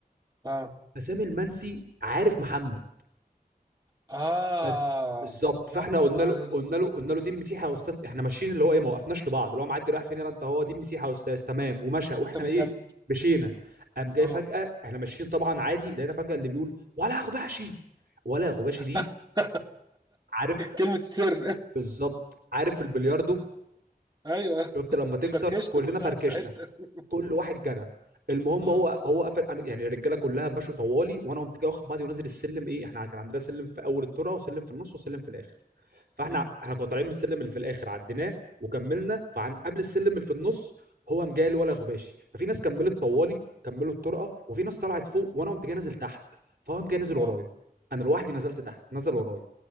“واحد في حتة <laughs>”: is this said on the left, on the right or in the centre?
Right